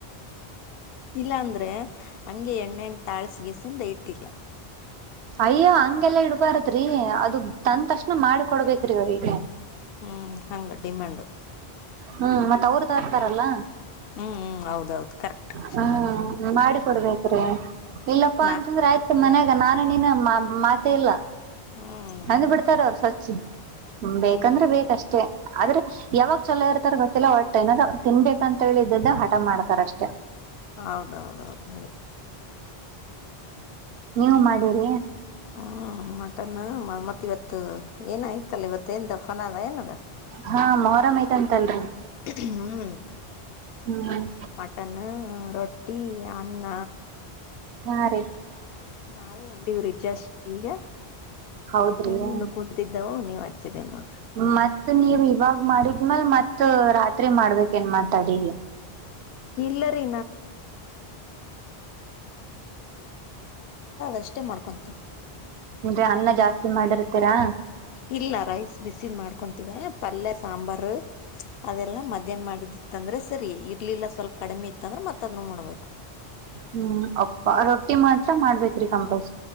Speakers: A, on the left; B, on the right.
A: ಇಲ್ಲ ಅಂದ್ರೆ ಹಂಗೆ ಎಣ್ಣೆಾ ತಾಳ್ಸ ಗಸಿಂದ ಇಟ್ಟಿಲ್ಲ
B: ಅಯ್ಯೋ ಹಂಗೆಲ್ಲಾ ಇಡ್ಬಾರದ್ರಿ ಅದು ತಂದ ತಕ್ಷಣ ಮಾಡಿಕೊಡ್ಬೇಕ್ರಿ ಅವಿಗೆ
A: ಹೂ ಹಂಗ ಡಿಮ್ಯಾಂಡ್
B: ಹೂ ಮತ್ತತ್ ಅವರು ತರ್ತಾರಲ್ಲ
A: ಹೂ ಹೂ ಹೌದೌದು ಕರೆಕ್ಟ್
B: ಹಾ ಮಾಡಿಕೊಡ್ಬೇಕ್ರೀ ಇಲ್ಲಪ್ಪಾ
A: ನಾ
B: ಅಂತಂದ್ರೆ ಆಯ್ತು ಮನ್ಯಾಗ ನಾನು ನೀನು ಮಾತ ಇಲ್ಲ
A: ಹ್ಮ್
B: ಅಂದ್ ಬಿಡ್ತಾರ ಅವ್ರ ಸ್ವಚ್ ಬೇಕಂದ್ರೆ ಬೇಕಷ್ಟೇ ಆದ್ರೆ ಯಾವಾಗ ಚಲೋ ಇರ್ತಾರ ಗೊತ್ತಿಲ್ಲ ಒಟ್ ಏನಾದಾರರು ತಿನ್ಬೇಕಂತ ಹೇಳ ಇದದ್ದೆ ಹಠ ಮಾಡ್ತಾರ ಅಷ್ಟೇ
A: ಹೌದೌದೌದು
B: ನೀವು ಮಾಡಿರಿ
A: ಹ್ಮ್ ಮಟನ್ ಮತ್ತ ಇವತ್ತು ಏನಾಯ್ತಲ್ಲ ಇವತ್ತ <inaudible> ಫಾನದದ
B: ಹಾ ಮೊಹರಂ ಐತಂತಲ್ರಿ
A: ಹ್ಮ್
B: ಹ್ಮ್
A: ಮಟನ್ನು ರೊಟ್ಟಿ ಅನ್ನ
B: ಹಾ ರೀ
A: ನಾವು ಉಂಡಿವ್ರಿ ಜಷ್ಟ ಈಗ
B: ಹೌದ್ರಿ
A: ಹೂಂಡ
B: ಹ್ಮ್
A: ಕುಂತಿದ್ದವು ನೀವ್ ಹಚ್ಚಿದೇ ನೋಡ್ರಿ
B: ಮತ್ತ್ ನೀವ್ ಇವಾಗ ಮಾಡಿದ್ಮ್ಯಲ್ ಮತ್ ರಾತ್ರಿ ಮಾಡ್ಬೇಕ ಏನ್ ಮಾತಾಡವಿ
A: ಇಲ್ಲ ರೀ ಅಷ್ಟೆ ಮಾಡ್ಕೊಂತೀವಿ
B: ಅಂದ್ರೆ ಅನ್ನ ಜಾಸ್ತಿ ಮಾಡಿರ್ತೀರಾ
A: ಇಲ್ಲ ರೈಸ್ ಬಿಸಿನ ಮಾಡ್ಕೊಂತೀವಿ ಪಲ್ಯ ಸಾಂಬಾರ ಅದೆಲ್ಲಾ ಮಧ್ಯಾಹ್ನ ಮಾಡಿದಿತ್ತ ಅಂದ್ರೆ ಸರಿ ಇರ್ಲಿಲ್ಲ ಸ್ವಲ್ಪ ಕಡಿಮೆ ಇತ್ತ ಅಂದ್ರೆ ಮತ್ತತ್ ಅದನ್ನು ಮಾಡ್ಬಕು
B: ಹ್ಮ್ ಅಪ್ಪ ರೊಟ್ಟಿ ಮಾತ್ರ ಮಾಡ್ಬೇಕೇರಿ ಕಂಪಲ್ <unintelligible>